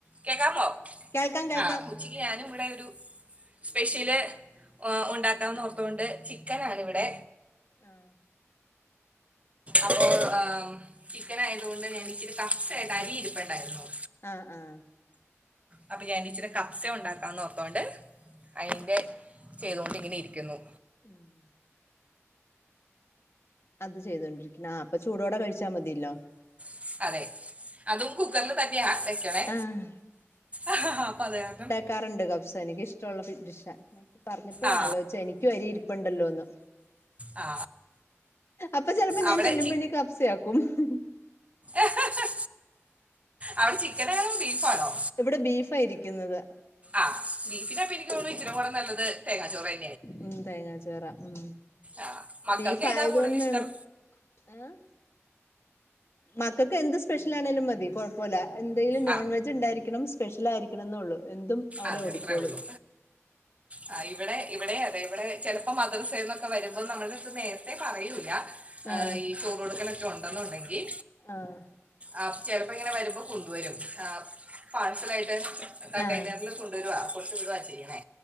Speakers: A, on the right; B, on the left.
A: കേക്കാമൊ
B: കേൾക്കാം കേൾക്കാം
A: ആഹ് ഉച്ചക്ക് ഞാനും ഇവിടെ ഒരു സ്പെഷ്യല് ഓ ഉണ്ടാക്കാംന്ന് ഓർത്തോണ്ട് ചിക്കൻ ആണ് ഇവിടെ
B: ആഹ്
A: അപ്പോൾ അം ചിക്കൻ ആയതുകൊണ്ട് ഞാൻ ഇച്ചിരി കപ്സ ഇണ്ടെ അരി ഇരിപ്പ്ണ്ടായിരുന്നു
B: ആഹ് ആഹ്
A: അപ്പൊ ഞാൻ ഇച്ചിരി കപ്സ ഉണ്ടാക്കാന്ന് ഓർത്തോണ്ട് ഐന്റെ ചെയ്താേണ്ട് ഇങ്ങനെ ഇരിക്കുന്നു
B: ഉം അത് ചെയ്തോണ്ടിരിക്ക്ന്നു ആഹ് അപ്പൊ ചൂടോടെ കഴിച്ചാ മതിയില്ലോ
A: സ് അതെ അതും കുക്കറില് തന്നിയാ വെക്ക്ണേ
B: ആ
A: അഹ ഹാ അപത് കാര്നം
B: കറണ്ട് കബ്സ എനിക്ക് ഇഷ്ടമുള്ള ഫിഡ് ഡിഷാ ഞാന്പ്പൊ പറഞ്ഞപ്പഴാ
A: ആ
B: ആലോയിച്ചത് എനി ക്കും അരി ഇര്പ്പ്ണ്ടല്ലോന്ന്
A: ആ
B: അപ്പൊ ചെലപ്പോ ഞാൻ
A: അവിടെ
B: ചെല്ലുമ്പാെ
A: ചി
B: ഇനി കബ് സെയാക്കും ഇഹ് ഹ്
A: എഹ ഹ അവ്ടെ ചിക്കനാണോ ബീഫാണോ
B: ഇവിടെ ബീഫാ ഇരിക്ക്ന്നത്
A: ആഹ് ബീഫിനൊപ്പം എനിക്ക് തോന്ന്ണത് ഇച്ചിരിംകൂടെ നല്ലത് തേങ്ങാച്ചോറി
B: ഉം തേങ്ങാചോറാ ഉം
A: ആ മക്കൾക്ക്
B: ബീഫ്
A: ഏതാ
B: ആയത്
A: കൂടുതൽ
B: കൊണ്ടാണ്
A: ഇഷ്ടം
B: ആഹ് മക്കൾക്ക് എന്ത് സ്പെഷ്യൽ ആണേലും മതി കൊഴപ്പവില്ല എന്തെലും നോൺവെജ്
A: ആ
B: ഉണ്ടായിരിക്കണം സ്പെഷ്യൽ ആയിരിക്കണോന്നേ ഒള്ളു എന്തും അവിടെ
A: അത്
B: ഓടിക്കോളും
A: അത്രേ ഒള്ളു ആ ഇവിടെ ഇവിടെയും അതെ ഇവിടെ ചെലപ്പോ മദ്രസേന്നൊക്കെ വരുമ്പോ നമ്മടേ അടുത്ത് നേരത്തെ പറയൂല
B: ആഹ്
A: ഈ ചോറ് കൊടുക്കലൊക്കെ ഉണ്ടെന്നുണ്ടെങ്കിൽ
B: ആഹ്
A: ആഹ് ചെലപ്പം ഇങ്ങനെ വരുമ്പോ കൊണ്ടുവരും ആ പാഴ്സലായിട്ട്
B: ആഹ്
A: കണ്ട കൊണ്ടുവരുവാ കൊടുത്ത് വിടുവാ ചെയ്യണേ